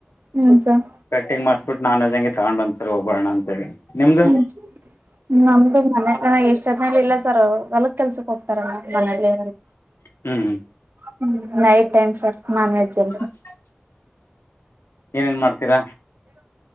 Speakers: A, on the right; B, on the left.
A: ಹುಂ ಸರ್
B: ಕಟ್ಟಿಂಗ್ ಮಾಡಿಸ್ಬಿಟ್ಟು ನಾನ್ ವೆಜ್ ನಾ ಹಂಗೆ ತಗೊಂಡ್ ಒಂದ್ಸರ್ ಒಬ್ಬೋಣ ಅಂತ ಹೇಳಿ ನಿಮ್ದು
A: <unintelligible> ನಮ್ದು ಮನ ಎಷ್ಟ್ ಅದನೇಲಿ ಇಲ್ಲ ಸರ್ ಹೊಲಗ್ ಕೆಲ್ಸಕ್ ಹೋಗ್ತಾರ ಮನಲಿ
B: ಹುಂ
A: ಹುಂ night time sir non veg ಅಲ್ಲಿ
B: ಹ ಏನೇನ್ ಮಾಡ್ತೀರಾ